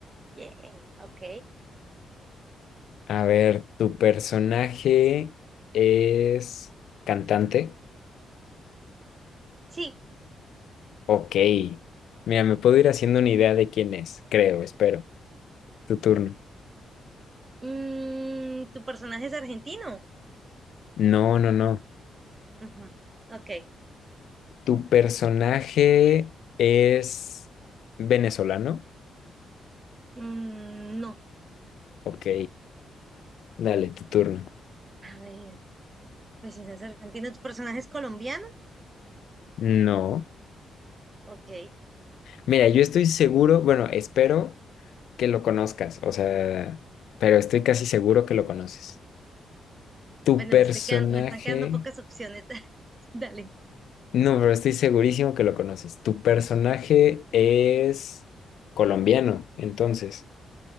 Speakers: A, on the right (about 35°); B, on the left (about 75°).
A: Yeah, ok.
B: A ver, ¿tu personaje es cantante?
A: Sí.
B: Ok. Mira, me puedo ir haciendo una idea de quién es, creo, espero. Tu turno.
A: Mm, ¿tu personaje es argentino?
B: No, no, no.
A: Ujú, Ok,
B: ¿Tu personaje es venezolano?
A: Mm, no.
B: Ok, dale, tu turno.
A: A ver, pues si no es argentino, ¿tu personaje es colombiano?
B: No.
A: ok.
B: Mira, yo estoy seguro, bueno, espero que lo conozcas, o sea, pero estoy casi seguro que lo conoces. Tu
A: Bueno,
B: personaje,
A: me estoy quedan- me están quedando pocas opciones. <laughs> Dale.
B: no, pero estoy segurísimo que lo conoces. Tu personaje es colombiano, entonces.